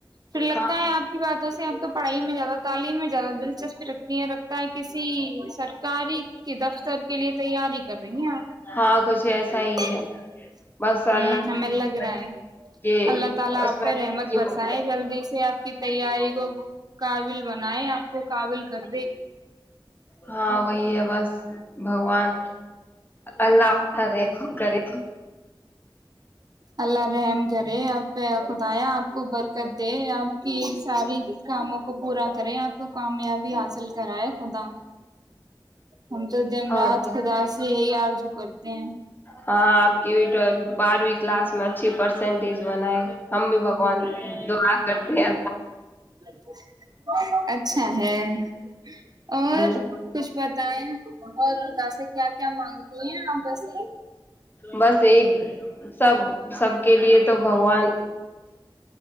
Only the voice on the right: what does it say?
پھر لگتا
ہے آپ کی باتوں سے اب تو پڑھائی میں زیادہ تعلیم میں زیادہ دلچسپی رکھتی ہیں رکھتا ہے کہ <inaudible>
کی تیاری کو قابل بنائے آپ کو قابل کر دے
اللہ رحم کرے آپ پہ خدایا آپ کو برکت دے آپ کی س <inaudible> کاموں کو پورا کریں آپ کو کامیابی آ <unintelligible> چل کرا ہے خدا ہم تو رات
خدا سے یہی آ <unintelligible> جو کرتے ہیں
ج <unintelligible> اچھا ہے <unintelligible>
اور کچھ بتائیں اور خدا سے کیا کیا مانگتی ہیں آ بس